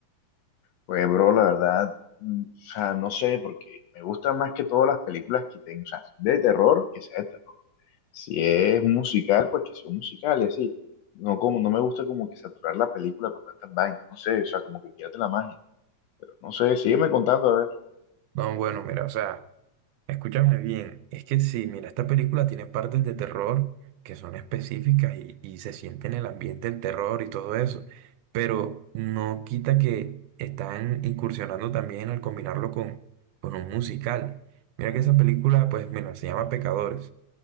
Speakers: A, on the left (about 75°); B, on the right (about 90°).
A: Pues, bro, la verdad, mm, o sea, no sé, porque me gustan más que todas las películas que tengo, o sea, de terror, que sea de terror. Si es un musical, pues que sea un musical y así. No, como, no me gusta como que saturar la película con tantas vainas, no sé, o sea, como que pierde la magia. Pero no sé, sígueme contando, a ver.
B: No, bueno, mira, o sea... Escúchame bien, es que sí, mira, esta película tiene partes de terror que son específicas y, y se siente en el ambiente el terror y todo eso, pero no quita que están incursionando también al combinarlo con, con un musical. Mira que esa película, pues, mira, se llama Pecadores